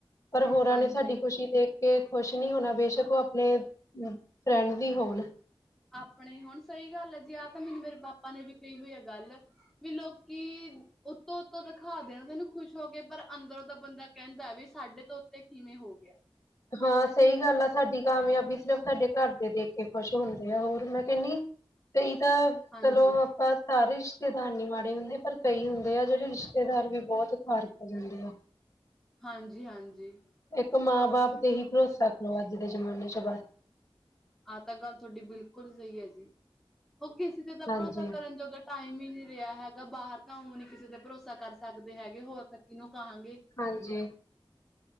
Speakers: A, on the left (about 30°); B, in the centre.
A: ਪਰ ਹੋਰਾਂ
B: ਹਾਂਜੀ
A: ਨੇ ਸਾਡੀ ਖੁਸ਼ੀ ਦੇਖ ਕੇ ਖੁਸ਼ ਨੀ ਹੋਣਾ ਬੇਸ਼ੱਕ ਓ ਅਪਨੇ ਫਰੈਂਡ ਹੀ ਹੋਣ
B: ਆਪਣੇ ਹੋਣ ਸਈ ਗੱਲ ਆ ਜੀ ਆਹ ਤਾਂ ਮੈਨੂੰ ਮੇਰੇ ਪਾਪਾ ਨੇ ਵੀ ਕਹੀ ਹੋਈ ਆ ਗੱਲ ਵੀ ਲੋਕੀ ਉੱਤੋਂ ਉੱਤੋਂ ਦਿਖਾ ਦੇਣ ਤੈਨੂੰ ਖੁਸ਼ ਹੋ ਕੇ ਪਰ ਅੰਦਰੋਂ ਦਾ ਬੰਦਾ ਕਹਿੰਦਾ ਵੀ ਸਾਡੇ ਤੋਂ ਉੱਤੇ ਕਿਵੇਂ ਹੋ ਗਿਆ
A: ਹਾਂ ਸਈ ਗੱਲ ਆ ਸਾਡੀ ਕਾਮਯਾਬੀ ਸਿਰਫ਼ ਸਾਡੇ ਘਰ ਦੇ ਦੇਖ ਕੇ ਖੁਸ਼ ਹੁੰਦੇ ਆ ਹੋਰ ਮੈਂ ਕਹਿਨੀ ਕਈ ਤਾਂ
B: ਹਾਂਜੀ
A: ਚਲੋ ਆਪਾਂ ਸਾਰੇ ਰਿਸ਼ਤੇਦਾਰ ਨੀ ਮਾੜੇ ਹੁੰਦੇ ਪਰ ਕਈ ਹੁੰਦੇ ਆ ਜੇੜੇ ਰਿਸ਼ਤੇਦਾਰ ਵੀ ਬਹੁਤ ਫਾਰਕ ਜਾਂਦੇ ਆ
B: ਹਾਂਜੀ ਹਾਂਜੀ।
A: ਇੱਕ ਮਾਂ-ਬਾਪ ਤੇ ਹੀ ਭਰੋਸਾ ਕਰੋ ਅੱਜ ਦੇ ਜਮਾਨੇ 'ਚ ਬਸ
B: ਆਹ ਤਾਂ ਗੱਲ ਥੋਡੀ ਬਿਲਕੁਲ ਸਈ ਆ ਜੀ ਓ ਕਿਸੇ ਤੇ ਤਾਂ ਭਰੋਸਾ
A: ਹਾਂਜੀ
B: ਕਰਨ ਜੋਗਾ ਟਾਈਮ ਹੀ ਨੀ ਰਿਹਾ ਹੈਗਾ ਬਾਹਰ ਤਾਂ ਉ ਨੀ ਕਿਸੇ ਤੇ ਭਰੋਸਾ ਕਰ ਸਕਦੇ ਹੈਗੇ ਹੋਰ ਤਾਂ ਕਿਨੂੰ ਕਹਾਂਗੇ
A: ਹਾਂਜੀ